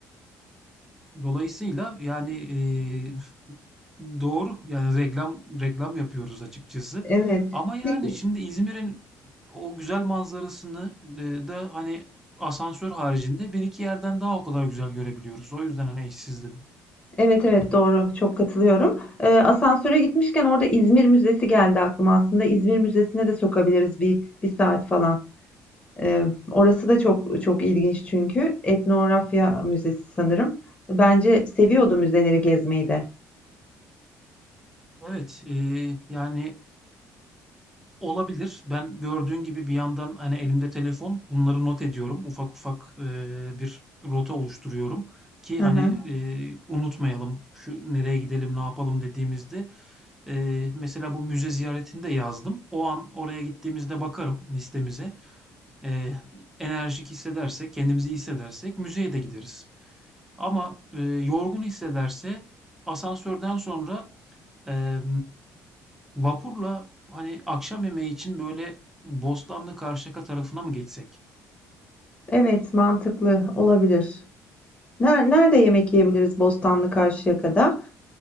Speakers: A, in the centre; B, on the left.
A: Dolayısıyla yani eee, doğru yani reklam reklam yapıyoruz açıkçası.
B: Evet.
A: Ama yani
B: Peki.
A: şimdi İzmir'in o güzel manzarasını e, da hani asansör haricinde bir iki yerden daha o kadar güzel görebiliyoruz. O yüzden hani eşsiz dedim.
B: Evet, evet doğru. Çok katılıyorum. Ee, asansöre gitmişken orada İzmir Müzesi geldi aklıma. Aslında İzmir Müzesi'ne de sokabiliriz bir, bir saat falan. Ee, orası da çok çok ilginç çünkü. Etnografya Müzesi sanırım. Bence seviyordu müzeleri gezmeyi de.
A: Evet, e, yani Olabilir. Ben gördüğün gibi bir yandan hani elimde telefon bunları not ediyorum. Ufak ufak eee, bir rota oluşturuyorum ki
B: Hı
A: hani
B: hı.
A: eee, unutmayalım şu nereye gidelim ne yapalım dediğimizde eee, mesela bu müze ziyaretini de yazdım. O an oraya gittiğimizde bakarım listemize. Eee, enerjik hissedersek kendimizi iyi hissedersek müzeye de gideriz. Ama eee, yorgun hissederse asansörden sonra eee Vapurla hani akşam yemeği için böyle Bostanlı Karşıyaka tarafına mı geçsek?
B: Evet, mantıklı olabilir. Ner- Nerede yemek yiyebiliriz Bostanlı Karşıyaka'da?